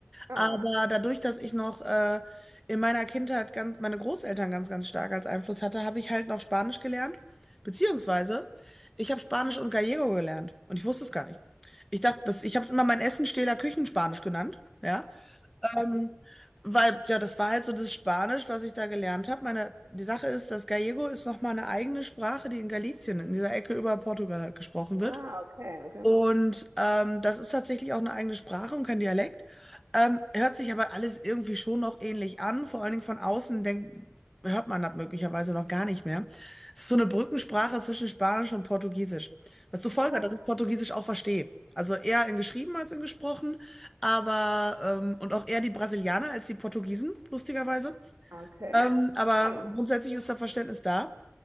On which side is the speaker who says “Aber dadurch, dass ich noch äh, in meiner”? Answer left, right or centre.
Centre